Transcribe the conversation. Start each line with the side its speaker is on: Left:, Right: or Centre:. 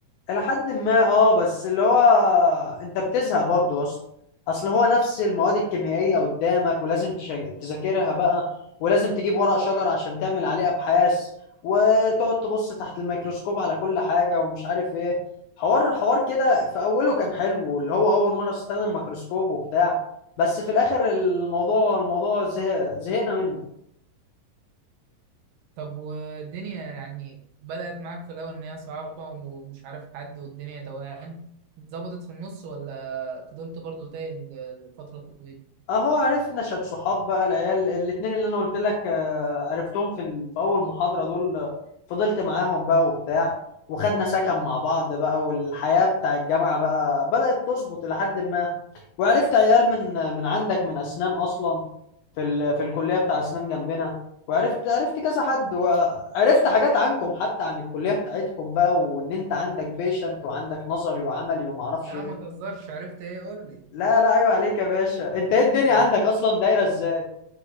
Left: الى حد ما اه بس اللي هو انت بتزهق برضه يا اسطى اصل هو نفس المواد الكيميائيه قدامك ولازم تشج... تذاكرها بقى ولازم تجيب ورق شجر عشان تعمل عليه ابحاث وتقعد تبص تحت الميكروسكوب على كل حاجه ومش عارف ايه حوار حوار كده في اوله كان حلو اللي هو اول مره تستخدم ميكروسكوب وبتاع بس في الاخر الموضوع الموضوع زهق زهقنا منه
Right: طب والدنيا يعني بدأت معاك في الأول إن هي صعبة ومش عارف حد والدنيا توهان ظبطت في النص ولا فضلت برضو تايه ل- لفترة طويلة؟
Left: اهو عرفنا شاب صحاب بقى العيال الاتنين اللي انا قلت لك آه، عرفتهم في ال- في اول محاضرة دول آه، فضلت معاهم بقى وبتاع وخدنا سكن مع بعض بقى والحياة بتاع الجامعة بقى بدأت تظبط إلى حد ما وعرفت عيال من من عندك من أسنان أصلا في ال... في الكلية بتاع أسنان جنبنا وعرفت عرفت كذا حد وعرفت حاجات عنكم حتى عن الكلية بتاعتكم بقى وإن أنت عندك بيشنت وعندك نظري وعملي ومعرفش
Right: لا
Left: إيه
Right: ما تهزرش عرفت إيه قول لي
Left: لا لا عيب عليك يا باشا أنت إيه الدنيا
Right: نعم.
Left: عندك أصلا دايرة إزاي